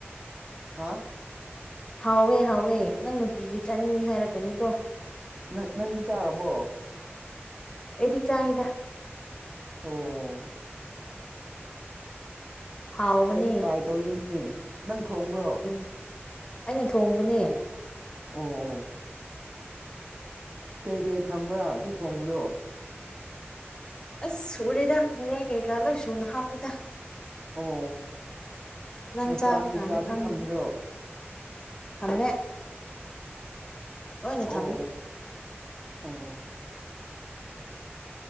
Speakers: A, on the right (about 30°); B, on the left (about 20°).
A: ꯍꯥ
B: ꯍꯥꯎꯋꯦ ꯍꯥꯎꯋꯦ ꯅꯪ ꯅꯨꯡꯇꯤꯒꯤ ꯆꯥꯅꯤꯡꯉꯤ ꯍꯥꯏꯔꯛꯀꯅꯤꯀꯣ
A: ꯅ ꯅꯪꯗꯤ ꯆꯥꯔꯕꯣ
B: ꯑꯩꯗꯤ ꯆꯥꯍꯥꯢꯗ
A: ꯑꯣ
B: ꯍꯥꯎꯕꯅꯦ
A: ꯑꯩꯁꯨ ꯇ꯭ꯔꯥꯏ ꯇꯧꯅꯤꯡꯉꯤ ꯅꯪ ꯊꯣꯡꯕ꯭ꯔꯣ
B: ꯎ ꯑꯩꯅ ꯊꯣꯡꯕꯅꯦ
A: ꯑꯣ ꯑꯣ ꯀꯩꯀꯩ ꯊꯝꯕ꯭ꯔꯥ ꯑꯗꯨ ꯊꯣꯡꯕꯗꯣ
B: ꯑꯁ ꯁꯨꯔꯦꯗ ꯃꯔꯣꯏ ꯀꯩꯀꯥ ꯂꯣꯏ ꯁꯨꯅ ꯍꯥꯞꯄꯦꯗ
A: ꯑꯣ
B: ꯅꯪ
A: ꯃꯁꯂꯥ
B: ꯆꯥꯕ
A: ꯅꯨꯡꯁꯂꯥꯗꯤ
B: ꯀꯥꯟꯅ ꯈꯪꯉꯅꯤ
A: ꯊꯝꯗ꯭ꯔꯣ
B: ꯊꯪꯅ ꯂꯣꯏꯅ
A: ꯑꯣ
B: ꯊꯝꯃꯦ
A: ꯑꯣ